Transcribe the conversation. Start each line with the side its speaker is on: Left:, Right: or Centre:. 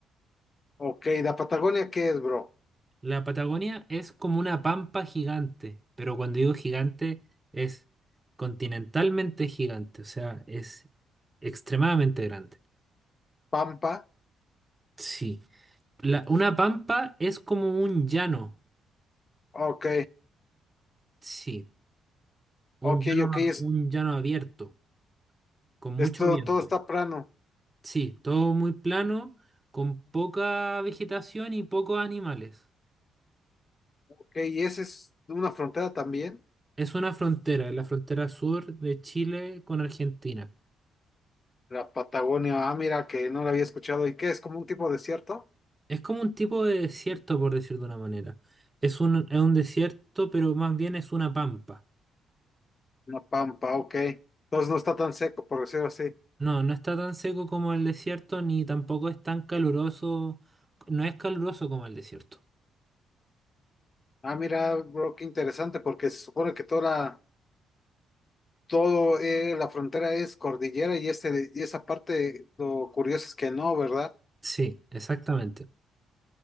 Left: Ok, ¿la Patagonia qué es, bro?
Right: La Patagonia es como una pampa gigante, pero cuando digo gigante es continentalmente gigante, o sea, es extremadamente grande.
Left: ¿Pampa?
Right: Sí. La- una pampa es como un llano,
Left: Ok,
Right: sí, un
Left: ok,
Right: llano,
Left: ok, es,
Right: un llano abierto, con mucho
Left: esto
Right: viento.
Left: todo está plano.
Right: Sí, todo muy plano, con poca vegetación y pocos animales.
Left: Ok, ¿y esa es una frontera también?
Right: Es una frontera, la frontera sur de Chile con Argentina.
Left: La Patagonia, ah, mira, que no la había escuchado. ¿Y qué? ¿Es como un tipo desierto?
Right: Es como un tipo de desierto, por decir de una manera. Es un, es un desierto, pero más bien es una pampa.
Left: Una pampa, ok. Entonces no está tan seco, por decirlo así.
Right: No, no está tan seco como el desierto, ni tampoco es tan caluroso. No es caluroso como el desierto.
Left: Ah, mira, bro, qué interesante, porque se supone que toda la, todo, eh, la frontera es cordillera y, este, y esa parte, lo curioso es que no, ¿verdad?
Right: Sí, exactamente.